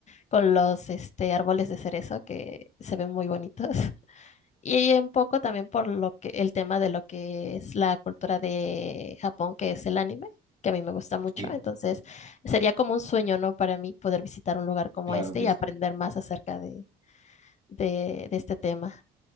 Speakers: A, on the left; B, on the right.
A: con los este, árboles de cerezo que se ven muy bonitos. <laughs> Y un poco también por lo que el tema de lo que es la cultura de Japón, que es el anime, que a mí me gusta mucho.
B: Sí,
A: Entonces, sería como un sueño, ¿no? Para mí poder visitar un lugar como
B: claro
A: este
B: que
A: y
B: sí.
A: aprender más acerca de, de, de este tema.